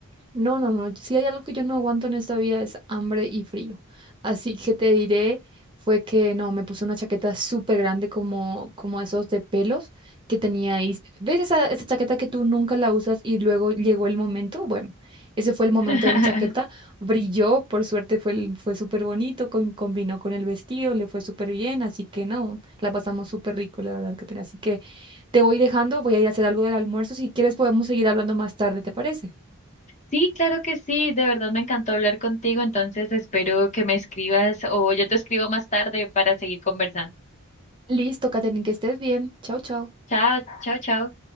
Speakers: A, on the right; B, on the left.
A: No, no, no. Si hay algo que yo no aguanto en esta vida es hambre y frío. Así que te diré, fue que no, me puse una chaqueta súper grande como, como esos de pelos que tenía ahí. ¿Ves esa, esa chaqueta que tú nunca la usas y luego llegó el momento? Bueno, ese fue el momento
B: <laughs>
A: de mi chaqueta. Brilló, por suerte fue, el- fue súper bonito, con- combinó con el vestido, le fue súper bien. Así que no, la pasamos súper rico, la verdad que tenía. Así que te voy dejando, voy a ir a hacer algo del almuerzo. Si quieres podemos seguir hablando más tarde, ¿te parece?
B: Sí, claro que sí, de verdad me encantó hablar contigo, entonces espero que me escribas o yo te escribo más tarde para seguir conversando.
A: Listo, Katherine, que estés bien. Chau, chau.
B: Chao, chao, chao.